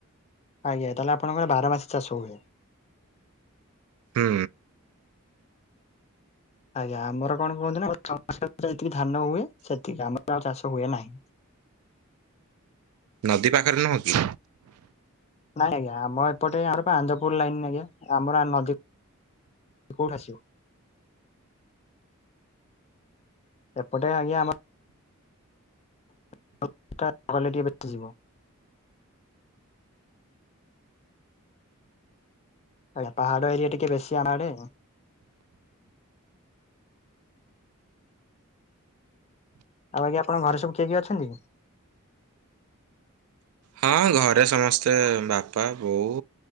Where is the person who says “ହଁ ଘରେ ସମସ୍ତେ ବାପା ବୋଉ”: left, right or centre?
Right